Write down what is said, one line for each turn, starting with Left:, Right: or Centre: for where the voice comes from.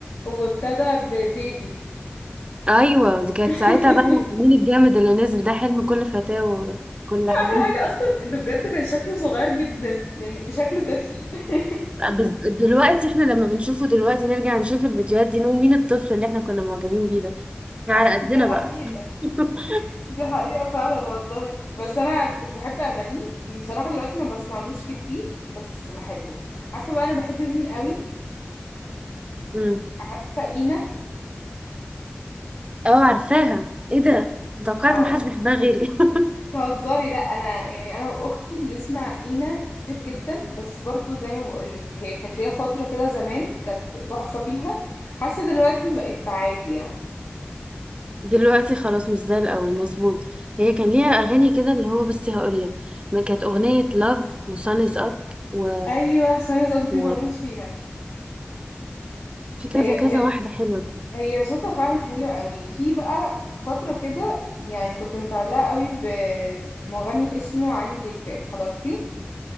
Left: وابتدى ببيبي
Right: ايوه دي كانت
Left: <laughs>
Right: ساعتها بقى مين الجامد اللي نزل ده حلم كل فتاة وكل حاجه
Left: احلى حاجة اصلا انه بجد كان شكله صغير جدا يعني شكله طفل <laughs>
Right: <laughs> بس دلوقتي احنا لما بنشوفه دلوقتي نرجع نشوف الفيديوهات دي نقول مين الطفل اللي احنا كنا معجبين بيه ده إحنا على قدنا
Left: دي حقيقة
Right: بقى <laughs>
Left: دي حقيقة فعلا والله بس انا كنت بحب اغانيه بصراحة دلوقتي ما بسمعلوش كتير بس بحبه عارفة بقى انا بحب مين قوي
Right: امم
Left: عارفة اينا
Right: اه عارفاها ايه ده توقعت
Left: اه
Right: محدش بيحبها غيري <laughs>
Left: بتهزري لا انا يعني انا واختي بنسمع اينا كتير جدا بس برضو زي ما بقولك هي كانت ليها فتره كده زمان كانت تحفه فيها حاسه دلوقتي بقت عادي يعني
Right: دلوقتي خلاص مش زي الاول مظبوط هي كان ليها اغاني كده اللي هو بصي هقول لك ما كانت اغنيه لاف وسان از اب و
Left: ايوه سنه زبدي
Right: و
Left: بموت فيها
Right: في كذا
Left: هي
Right: كذا
Left: هي
Right: واحده حلوه كده.
Left: هي صوتها فعلا حلو قوي في بقى في فتره كده يعني كنت متعلقه قوي بمغني اسمه علي جيتي حضرتيه